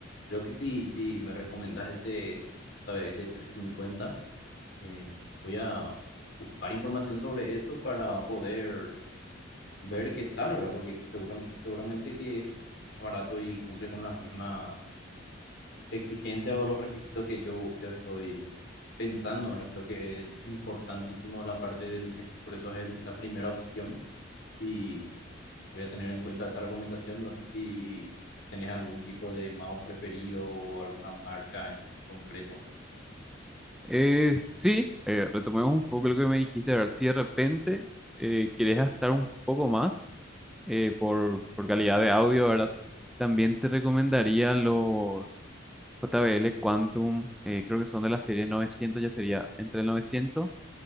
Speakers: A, on the left (about 60°); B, in the centre.
A: creo que sí, sí, me recomendás ese JBL350. eh, voy a buscar información sobre eso para poder ver qué tal, ¿verdad? Porque seguramente, seguramente que es más barato y cumple con las mismas exigencias o los requisitos que yo, yo estoy pensando, ¿verdad? Creo que es importantísimo la parte del headset, por eso es el- la primera opción y voy a tener en cuenta esa recomendación. No sé si tenés algún tipo de mouse preferido o alguna marca en, en concreto.
B: Eh, sí, eh, retomemos un poco lo que me dijiste, a si de repente eh, querés gastar un poco más eh, por, por calidad de audio, ¿verdad? También te recomendaría los JBL Quantum, eh, creo que son de la serie novecientos ya sería entre el novecientos